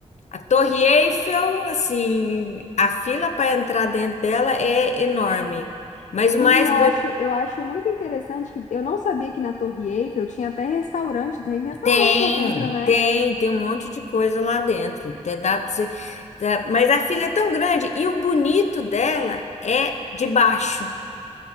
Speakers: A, on the left; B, on the left.
A: A Torre Eiffel, assim, a fila para entrar dentro dela é enorme. Mas o
B: Menina,
A: mais
B: eu acho, eu acho muito interessante que eu não sabia que na Torre Eiffel tinha até restaurante, tem restaurante
A: Tem,
B: lá dentro, né?
A: tem, tem um monte de coisa lá dentro. Até dá pra você, dá- mas a filha é tão grande e o bonito dela é de baixo.